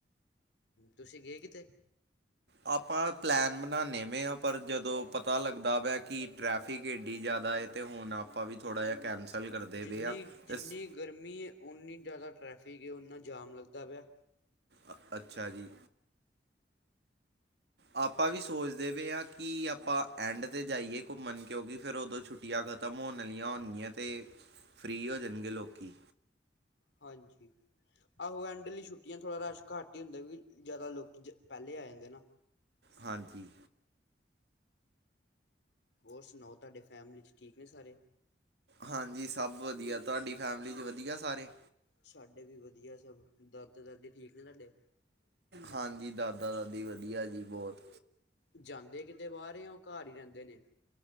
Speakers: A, on the left (about 85°); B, on the right (about 65°).
A: ਤੁਸੀਂ ਗਏ ਕਿਤੇ
B: ਆਪਾਂ ਪਲੈਨ ਬਣਾਨੇ ਪਏ ਆ ਪਰ ਜਦੋਂ ਪਤਾ ਲੱਗਦਾ ਵੈ ਕਿ ਟ੍ਰੈਫਿਕ ਏਡੀ ਜਿਆਦਾ ਤੇ ਹੁਣ ਆਪਾਂ ਵੀ ਥੋੜਾ ਜਿਹਾ ਕੈਂਸਲ ਕਰਦੇ
A: ਜਿੰਨੀ
B: ਪਏ ਹਾਂ
A: ਜਿੰਨੀ
B: ਤੇ ਸ
A: ਗਰਮੀ ਹੈ ਉਨੀ ਜ਼ਿਆਦਾ ਟ੍ਰੈਫਿਕ ਉਨਾ ਜਾਮ ਲੱਗਦਾ ਪਿਆ।
B: ਅ ਅੱਛਾ ਜੀ। ਆਪਾਂ ਵੀ ਸੋਚਦੇ ਪਏ ਹਾਂ ਕਿ ਆਪਾਂ ਐਂਡ ਤੇ ਜਾਈਏ ਘੁੰਮਣ ਕਿਉਂਕਿ ਫਿਰ ਉਦੋਂ ਛੁੱਟੀਆਂ ਖ਼ਤਮ ਹੋਣ ਆਲੀਆਂ ਹੋਣਗੀਆਂ ਤੇ ਫ੍ਰੀ ਹੋ ਜਾਣਗੇ ਲੋਕੀ।
A: ਹਾਂਜੀ ਆਹੋ ਐਂਡ ਲਈ ਛੁੱਟੀਆਂ ਥੋੜ੍ਹਾ ਰਸ਼ ਘੱਟ ਹੀ ਹੁੰਦਾ ਵੀ ਜਿਆਦਾ ਲੋਕ ਪਹਿਲੇ ਆ ਜਾਂਦੇ ਨਾ।
B: ਹਾਂਜੀ।
A: ਹੋਰ ਸੁਣਾਓ ਤੁਹਾਡੇ ਫੈਮਲੀ ਚ ਠੀਕ ਨੇ ਸਾਰੇ।
B: ਹਾਂਜੀ ਸਭ ਵਧੀਆ, ਤੁਹਾਡੀ ਫੈਮਿਲੀ ਚ ਵਧੀਆ ਸਾਰੇ।
A: ਸਾਡੇ ਵੀ ਵਧੀਆ ਸਭ ਦਾਦੇ- ਦਾਦੀ ਠੀਕ ਨੇ ਤੁਹਾਡੇ।
B: ਹਾਂਜੀ ਦਾਦਾ ਦਾਦੀ ਵਧੀਆ ਜੀ ਬਹੁਤ
A: ਜਾਂਦੇ ਕਿਤੇ ਬਾਹਰ ਜਾਂ ਉਹ ਘਰ ਹੀ ਰਹਿੰਦੇ ਨੇ